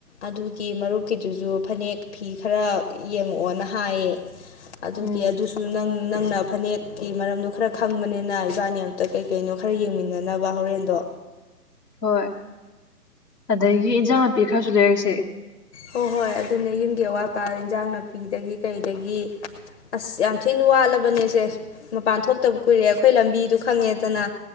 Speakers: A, on the left (about 45°); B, on the left (about 80°).
A: ꯑꯗꯨꯒꯤ ꯃꯔꯨꯞꯀꯤꯗꯨꯖꯨ ꯐꯅꯦꯛ ꯐꯤ ꯈꯔ ꯌꯦꯡꯉꯛꯑꯣꯅ ꯍꯥꯏꯌꯦ ꯑꯗꯨꯒꯤ
B: ꯎꯝ
A: ꯑꯗꯨꯁꯨ ꯅꯪ ꯅꯪꯅ ꯐꯅꯦꯛ ꯀꯤ ꯃꯔꯝꯗꯣ ꯈꯔ ꯈꯪꯕꯅꯤꯅ ꯏꯕꯥꯅꯤ ꯑꯝꯇ ꯀꯩ ꯀꯩꯅꯣ ꯈꯔ ꯌꯦꯡꯃꯤꯟꯅꯅꯕ ꯍꯣꯔꯦꯟꯗꯣ
B: ꯍꯣꯏ ꯑꯗꯒꯤ ꯏꯟꯖꯥꯡ ꯅꯥꯄꯤ ꯈꯔꯁꯨ ꯂꯩꯔꯛꯁꯦ
A: ꯍꯣꯏ ꯍꯣꯏ ꯑꯗꯨꯅꯦ ꯌꯨꯝꯒꯤ ꯑꯋꯥꯠ ꯑꯄꯥ ꯏꯟꯖꯥꯡ ꯅꯥꯄꯤꯗꯒꯤ ꯀꯩꯗꯒꯤ ꯑꯁ ꯌꯥꯝ ꯊꯤꯅ ꯋꯥꯠꯂꯕꯅꯦꯁꯦ꯫ ꯃꯄꯥꯟ ꯊꯣꯛꯇꯕ ꯀꯨꯏꯔꯦ ꯑꯩꯈꯣꯏ ꯂꯝꯕꯤꯗꯨ ꯈꯪꯉꯦꯗꯅ꯫